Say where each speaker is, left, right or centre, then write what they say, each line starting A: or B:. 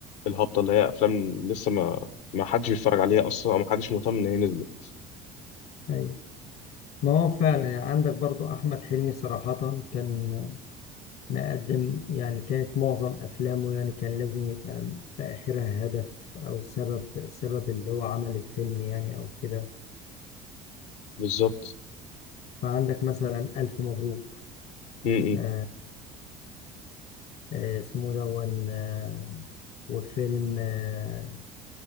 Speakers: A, on the left (about 80°); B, on the left (about 60°).
A: الهابطة اللي هي أفلام لسه ما ما حدش بيتفرج عليها أصلا أو ما حدش مهتم إن هي نزلت
B: يعني أيوة. ما هو فعلا يعني عندك برضو أحمد حلمي صراحة كان مقدم يعني كانت معظم أفلامه يعني كان لازم يبقى في آخرها هدف أو سبب سبب اللي هو عمل الفيلم يعني أو كده
A: بالظبط
B: فعندك مثلا ألف مبروك
A: م-
B: آه،
A: م.
B: آه، اسمه دون آه، وفيلم آه،